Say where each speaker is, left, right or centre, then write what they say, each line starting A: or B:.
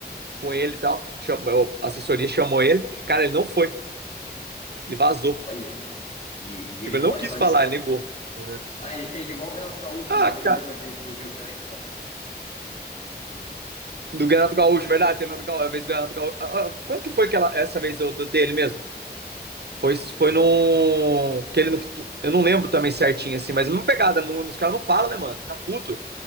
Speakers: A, on the right; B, on the left.
A: Com ele e tal. Chamou, a assessoria chamou ele. Cara, ele não foi, ele vazou.
B: Olha, e, e
A: Tipo,
B: ele
A: ele
B: pode
A: não quis
B: fazer
A: falar,
B: isso?
A: ele negou. Uhum.
B: Ah, ele fez igual o Renato Gaúcho
A: Ah,
B: uma vez,
A: cara.
B: lembra que ele fugiu também?
A: Do Renato Gaúcho, verdade? Tem Renato Gaúcho, a vez do Renato Gaúcho. Ah, ah, que foi aquela, essa vez do, do- dele mesmo? Foi,
B: <laughs> Do
A: foi
B: Renato
A: no. Que ele não- eu não lembro também certinho, assim, mas a mesma pegada. No, os caras não falam, né, mano? Fica puto.